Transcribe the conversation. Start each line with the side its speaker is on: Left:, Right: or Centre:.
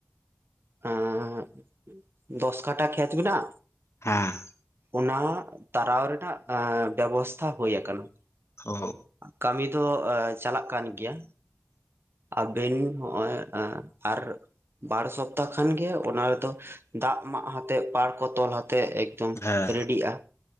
Right: ᱦᱮᱸ ᱫᱚᱥ ᱠᱟᱴᱟ ᱠᱷᱮᱛ ᱢᱮᱱᱟᱜ-ᱟ
Left: ᱦᱮᱸ
Right: ᱚᱱᱟ ᱛᱟᱨᱟᱣ ᱨᱮᱱᱟᱜ ᱵᱮᱵᱚᱥᱛᱷᱟ ᱦᱩᱭ ᱟᱠᱟᱱᱟ᱾
Left: ᱚ
Right: ᱠᱟᱹᱢᱤ ᱫᱚ ᱪᱟᱞᱟᱜ ᱠᱟᱱ ᱜᱮᱭᱟ᱾ ᱟᱵᱮᱱ ᱦᱚᱸᱜᱼᱚᱭ ᱟᱨ ᱵᱟᱨ ᱥᱚᱯᱛᱟᱦ ᱠᱷᱟᱱᱜᱮ ᱚᱱᱟ ᱨᱮᱫᱚ ᱫᱟᱜ ᱢᱟᱜ ᱟᱛᱮᱜ ᱯᱟᱲ ᱠᱚ ᱛᱚᱞ ᱟᱛᱮᱫ <unintelligible>
Left: ᱦᱮᱸ
Right: ᱨᱮᱰᱤᱜᱼᱟ